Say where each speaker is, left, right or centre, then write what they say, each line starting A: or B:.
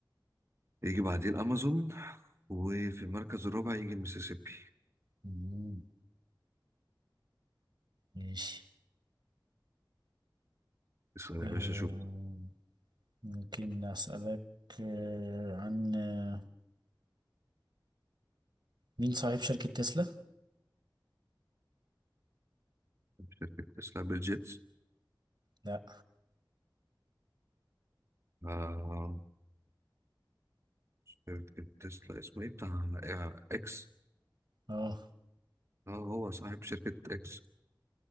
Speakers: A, on the right (about 35°); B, on the right (about 60°).
A: يجي بعديه الامازون وفي المركز الرابع يجي المسيسيبي
B: مم. ماشي
A: اسأل يا
B: أم،
A: باشا شوف
B: ممكن اسالك أه، عن أه، مين صاحب شركة تسلا
A: شركة تسلا بيل جيتس
B: لا
A: آه شركة تسلا اسمه ايه بتاع آه، اكس
B: اه
A: اه هو صاحب شركة اكس